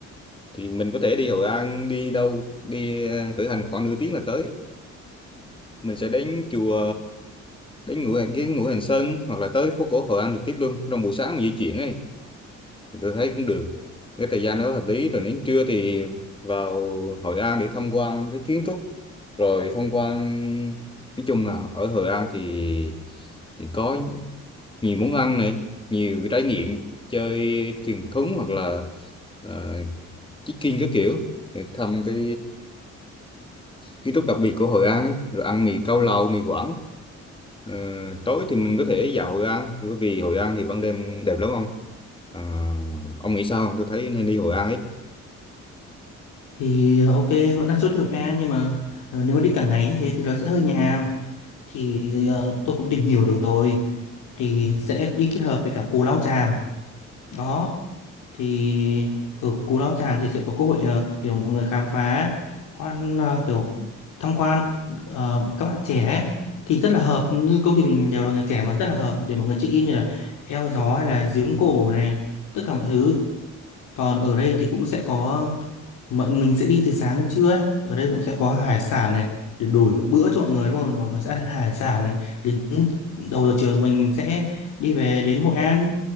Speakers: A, on the left; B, on the left.
A: thì mình có thể đi Hội An đi đâu đi ờ, khởi hành khoảng nửa tiếng là tới. Mình sẽ đến chùa đến Ngũ Hành cái Ngũ Hành Sơn hoặc là tới phố cổ Hội An trực tiếp luôn trong buổi sáng mình di chuyển ấy tôi thấy cũng được cái thời gian đó hợp lý rồi đến trưa thì vào Hội An để tham quan cái kiến trúc rồi tham quan nói chung là ở Hội An thì, thì có nhiều món ăn này nhiều cái trải nghiệm chơi thuyền thúng hoặc là uh, trekking các kiểu để thăm cái Kiến trúc đặc biệt của Hội An ấy, rồi ăn mì cao lầu, mì Quảng. Ờ, tối thì mình có thể dạo Hội An, bởi vì Hội An thì ban đêm đẹp lắm ông. À, ông nghĩ sao không? Tôi thấy nên đi Hội An ấy.
B: thì ờ, ok vẫn là chốt hiệu E nhưng mà ờ, nếu mà đi cả ngày như thế thì nó sẽ hơi nhàm thì ờ, tôi cũng tìm hiểu được rồi thì sẽ đi kết hợp với cả Cù Lao Chàm đó thì ở Cù Lao Chàm thì sẽ có cơ hội ờ, kiểu mọi người khám phá quan ờ, kiểu tham quan ờ, các bạn trẻ ấy. thì rất là hợp như công ty mình đều là người trẻ mà rất là hợp để mọi người check in như là eo gió hay là giếng cổ này tất cả mọi thứ còn ở đây thì cũng sẽ có mọi mình sẽ đi từ sáng đến trưa ấy. Ở đây cũng sẽ có hải sản này để đổi bữa cho mọi người đúng không? Mọi người sẽ ăn hải sản này đến đầu giờ chiều mình sẽ đi về đến Hội An